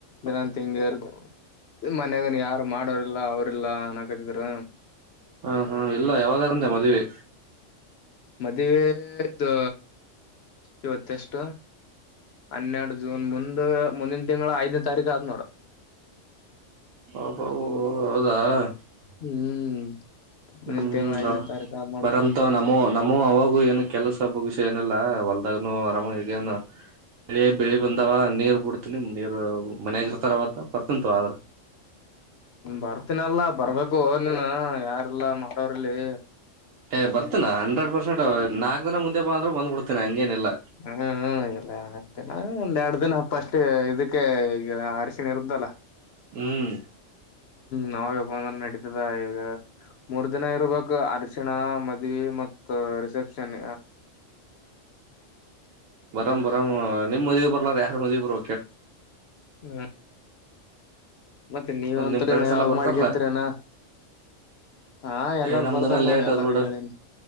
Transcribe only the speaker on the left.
ದಿನನ್ ತಿಂಗರ್ ಮನ್ಯಾಗನ್ ಯಾರು ಮಾಡೋರಲ್ಲಾ ಅವ್ರಲ್ಲ ನನ್ನಕತ್ತಿದ್ರ
ಮದ್ವೆದು ಇವತ್ತೆಷ್ಟ ಹನ್ನೆರಡು ಜೂನ್ ಮುಂದ ಮುಂದಿನ ತಿಂಗಳು ಆಐದ ತಾರೀಖು ಆನ್ನೋಡ
ಹ್ಮ್ ಮುಂದಿನ
ತಿಂಗಳ ಐದನೇ ತಾರೀಕು ಆದ್ ನೋಡಪ್ಪಾ
ಬರ್ತೀನಲ್ಲ ಬರ್ಬೇಕು ನೀನ್ ಯಾರಲ್ಲ ಮಾಡೋರ್ಲ್ಲಿ
ಹಾ ಹ ಎಲ್ಲತೇನಾ ಒಂದೆರಡು ದಿನ ಪಸ್ಟ್ ಇದಕ್ಕೆ ಈಗ ಅರಶಿಣೆ ಇರುದಲ್ಲ
ನಾವಾಗ ಬಂದ ನಡೀತದ ಈಗ ಮೂರ್ ದಿನ ಇರ್ಬೇಕಕ್ ಅರ್ಶಣ ಮದ್ವಿ ಮ ರಿಸೆಪ್ಷನ್
ಹ್ಮ ಮತ್ತೆ ನೀವ
ಅಂತ್ರನ
ಯಾವ್
ಮಾಡ್ಕಂತೀರನಾ ಹಾ ಎಲ್ಲಾರು
ಬರ್ತಾರ ನೋಡಿ
ಎಲ್ಲಾರ
ಹೇಳನಿ